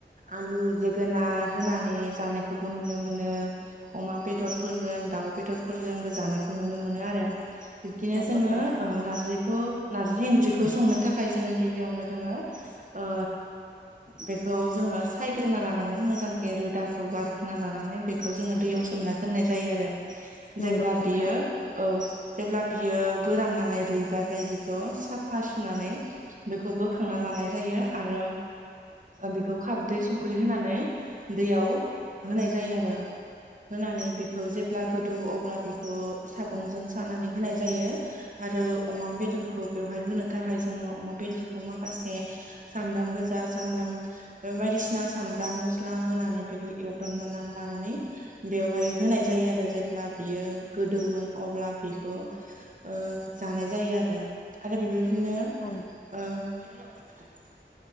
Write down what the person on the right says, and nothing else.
आलु जोगोनार होनानै जानायखौबो नुनो मोनो अमा बेदरफोरजों दाउ बेदरफोरजोंबो जानायखौ नुनो मोनो आरो बिब्दिनो
जोङो
ओ नारजिखौ नारजि ओंख्रिखौ संनो थाखाय जोङो गिबियावनो जोङो ओ बेखौ जोङो सायग्रोना लानांगोन मोजांखि रोदाखौ गारग्रोना लानानै बे खौ जोङो दैयाव सोमना दोननाय जायो आरो
जेब्ला
बेयो औ जेब्ला बियो गोरान नालाय रुइब्लाथाय बिखौ साफा सुनानै बेखौ बोखांना लानाय जायो आरो बेखौ खारदै सं <unintelligible> होनानै दैयाव होनाय जायो आरो। होनानै बेखौ जेब्ला गोदौ अब्ला बेखौ सागंजों सानानै होनाय जायो। आरो अमा बेदरखौ बेवहाय होनो थाखाय जोङो अमा बेदरखौ माखासे सामब्राम गोजा सामब्राम ओ बायदिसिना सामब्राम मस्ला होनानै बेखौ एवग्राम लानानै बेवहाय होनाय जायो आरो जेब्ला बियो गोदौगोन अब्ला बेखौ ओ जानाय जायो आरो आरो बेबायदिनो
ओ <unintelligible>